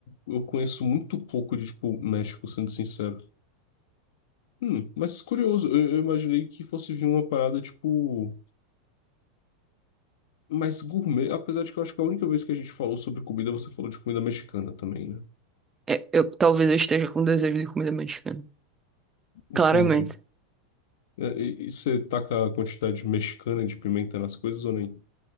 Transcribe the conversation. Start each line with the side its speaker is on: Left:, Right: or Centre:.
Left: eu, eu conheço muito pouco de, tipo, México, sendo sincero. Hum, mas curioso, eu, eu imaginei que fosse vir uma parada, tipo, mais gourmet, apesar de que eu acho que a única vez que a gente falou sobre comida, você falou de comida mexicana também, né?
Right: É, eu talvez eu esteja com desejo de comida mexicana.
Left: Entendi.
Right: Claramente.
Left: É, E, e você taca a quantidade mexicana de pimenta nas coisas ou nem?